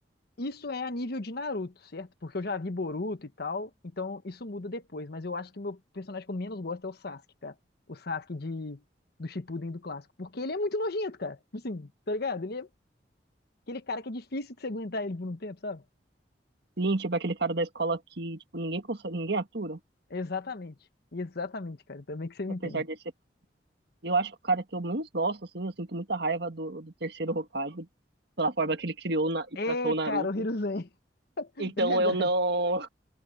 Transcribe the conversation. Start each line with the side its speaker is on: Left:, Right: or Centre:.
Left: Isso é a nível de Naruto, certo? Porque eu já vi Boruto e tal, então isso muda depois. Mas eu acho que o meu personagem que eu menos gosto é o Sasuke, cara. O Sasuke de, do Shippuden do clássico. Porque ele é muito nojento, cara. Tipo Assim, tá ligado? Ele é aquele cara que é difícil de você aguentar ele por um tempo, sabe?
Right: Lin, tipo, é aquele cara da escola que, tipo, ninguém consegue, ninguém atura.
Left: Exatamente. Exatamente, cara. Também que você me
Right: Apesar
Left: entende.
Right: de ser. Eu acho que o cara que eu menos gosto, assim, eu sinto muita raiva do, do terceiro Hokage, pela forma que ele criou na- e
Left: É,
Right: tratou o Naruto.
Left: cara, o Hiruzen. <laughs> É
Right: Então
Left: verdade.
Right: eu não.